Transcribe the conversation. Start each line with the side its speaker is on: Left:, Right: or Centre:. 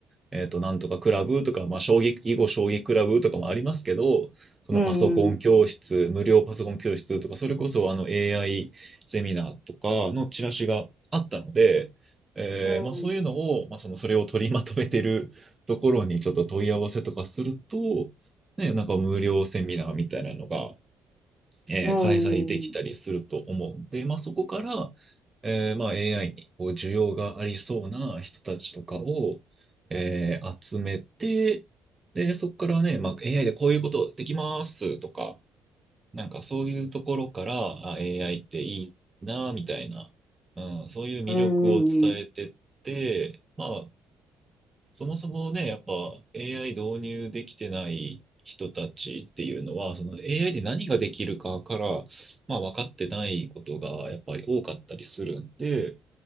Right: えっと、なんとかクラブとか、まあ、将棋、囲碁将棋クラブとかもありますけど、そのパソコン教室、
Left: うん。
Right: 無料パソコン教室とか、それこそあの AI セミナーとかのチラシがあったので、えーまあ、
Left: うん。
Right: そういうのを、まあ、その、それを取りまとめてるところにちょっと問い合わせとかすると、ね、なんか無料セミナーみたいなのがえー開催できたりすると思うんで、
Left: うん。
Right: まあ、そこから、えーまあ、AI にこう需要がありそうな人たちとかを、えー集めて、で、そこからね、まあ、AI でこういうことできますとか、なんかそういうところから、あ、AI っていいな、みたいな、うん、そういう魅力を伝えてって、
Left: うん。
Right: まあ、そもそもね、やっぱ AI 導入できてない人たちっていうのは、その AI で何ができるかから、まあ、分かってないことがやっぱり多かったりするんで、